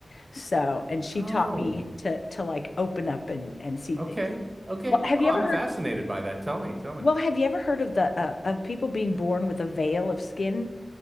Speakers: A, on the left; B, on the right.
A: So, and she
B: Oh,
A: taught me to to like open up and and see things.
B: okay. Okay.
A: Well, have
B: Oh,
A: you ever
B: I'm
A: heard
B: fascinated by that. Tell me, tell me.
A: well, have you ever heard of the uh, of people being born with a veil of skin?